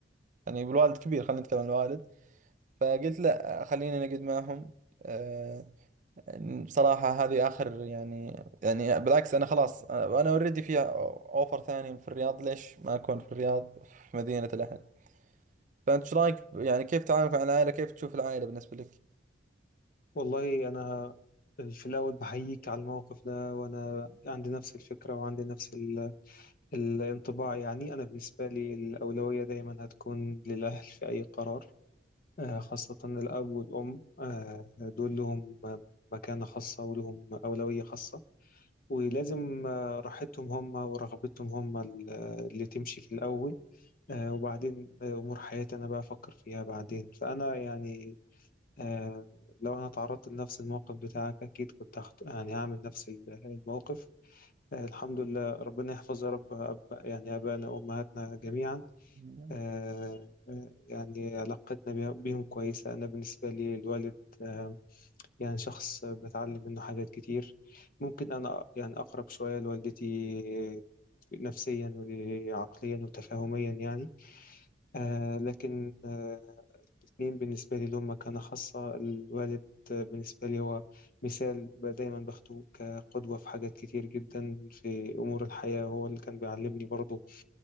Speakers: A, on the right; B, on the left.
A: يعني الوالد كبير خلينا نتكلم عن الوالد فقلت لا خليني نقعد معهم آه، بصراحة هذه آخر يعني يعني بالعكس أنا خلاص أنا اوريدي في أوفر ثاني في الرياض ليش ما أكون في الرياض في مدينة الأهل فأنت إيش رأيك يعني كيف تعاملك مع العائلة كيف تشوف العائلة بالنسبة
B: والله انا في الاول بحييك على الموقف ده وانا عندي نفس الفكره وعندي نفس ال... الانطباع يعني انا بالنسبه لي الاولويه دايما هتكون للاهل في اي قرار آه، خاصه الاب والام آه، دول لهم مكانه خاصه ولهم اولويه خاصه ولازم آه، راحتهم هم ورغبتهم هم ال- اللي تمشي في الاول آه، وبعدين آه، امور حياتي انا بقى افكر فيها بعدين فانا يعني آه لو أنا تعرضت لنفس الموقف بتاعك أكيد كنت هخت... يعني هعمل نفس ال- الموقف آه الحمد لله ربنا يحفظ يا رب أب... يعني آبائنا وأمهاتنا جميعا
A: لك؟
B: آه آه، يعني علاقتنا بيه- بيهم كويسة أنا بالنسبة لي الوالد آه يعني شخص بتعلم منه حاجات كتير ممكن أنا يعني أقرب شوية لوالدتي نفسيا وعقليا وتفاهميا يعني آه لكن آه الاثنين بالنسبة لي لهم مكانة خاصة الوالد بالنسبة لي هو مثال ب- دايما باخده كقدوة في حاجات كتير جدا في أمور الحياة هو اللي كان بيعلمني برضو